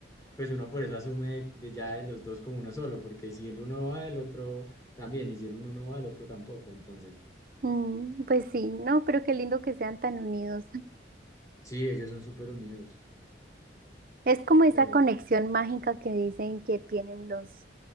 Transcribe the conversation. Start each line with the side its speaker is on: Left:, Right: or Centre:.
Left: pues uno por eso asume de ya de los dos como uno solo, porque si el uno va, el otro también, y si el uno no va, el otro tampoco. Entonces,
Right: Mm, pues sí, no, pero qué lindo que sean tan unidos.
Left: sí, ellos son súper unidos,
Right: Es como esa
Left: pero
Right: conexión mágica que dicen que tienen los,